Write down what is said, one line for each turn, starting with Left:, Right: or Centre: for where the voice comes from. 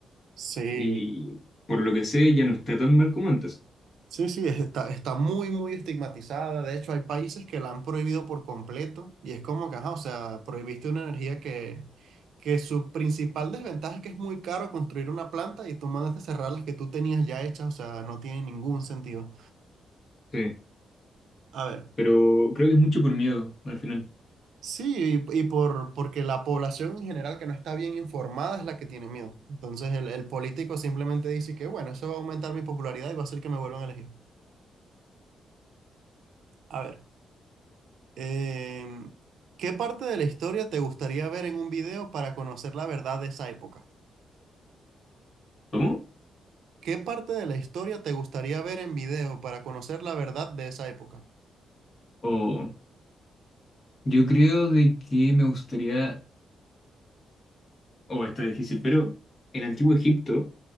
Right: Sí.
Left: y por lo que sé ya no está tan mal como antes.
Right: Sí, sí, es- está, está muy, muy estigmatizada. De hecho, hay países que la han prohibido por completo y es como que, ajá, o sea, prohibiste una energía que, que su principal desventaja es que es muy caro construir una planta y tú mandaste cerrar las que tú tenías ya hechas, o sea, no tiene ningún sentido.
Left: Sí,
Right: A ver,
Left: pero creo que es mucho por miedo al final.
Right: sí, y, y por, porque la población en general que no está bien informada es la que tiene miedo. Entonces, el, el político simplemente dice que, bueno, eso va a aumentar mi popularidad y va a hacer que me vuelvan a elegir. A ver. Em, ¿qué parte de la historia te gustaría ver en un video para conocer la verdad de esa época?
Left: ¿Cómo?
Right: ¿Qué parte de la historia te gustaría ver en video para conocer la verdad de esa época?
Left: O yo creo de que me gustaría Oh, está difícil, pero el antiguo Egipto,